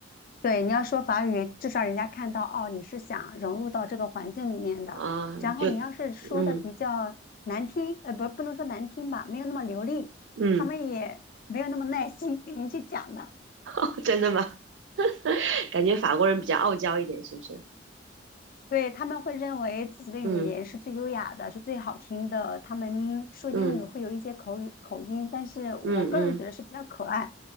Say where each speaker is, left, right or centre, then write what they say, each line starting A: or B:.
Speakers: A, on the left; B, on the right.
A: 对，你要说法语，至少人家看到哦，你是想融入到这个环境里面的。
B: 啊、
A: 然后你要是说的比较难听，
B: 就嗯
A: 呃，不，不能说难听吧，没有那么流利，
B: 嗯，
A: 他们也没有那么耐心给你去讲的。
B: <laughs> 真的吗？<laughs> 感觉法国人比较傲娇一点，是不是？
A: 对，他们会认为自己的语言是最优雅的，
B: 嗯
A: 是最好听的。他们说英语会有一些口语口音，
B: 嗯
A: 但是我个人觉得是比较可爱，
B: 嗯嗯，